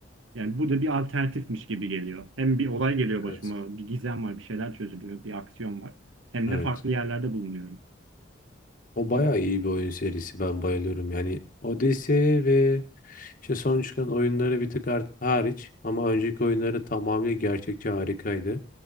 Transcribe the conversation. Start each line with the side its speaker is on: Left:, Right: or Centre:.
Right: yani bu da bir alternatifmiş gibi geliyor. Hem bir olay geliyor başıma,
Left: Evet.
Right: bir gizem var, bir şeyler çözülüyor, bir aksiyon var. Hem
Left: Evet.
Right: de farklı yerlerde bulunuyorum.
Left: O bayağı iyi bir oyun serisi. Ben bayılıyorum. Yani Odyssey ve işte son çıkan oyunları bir tık artık hariç ama önceki oyunları tamamıyla gerçekçi harikaydı.